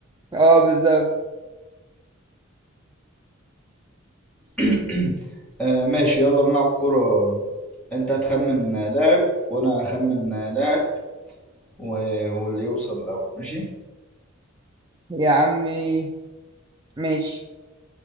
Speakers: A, on the right (about 20°); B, in the centre.
A: <laughs> اه بالظبط
B: <coughs> <applause> آه ماشي يلا نلعب كورة انت هتخمن لاعب وانا هخمن لاعب و... واللي يوصل الاول ماشي
A: يا عمي ماشي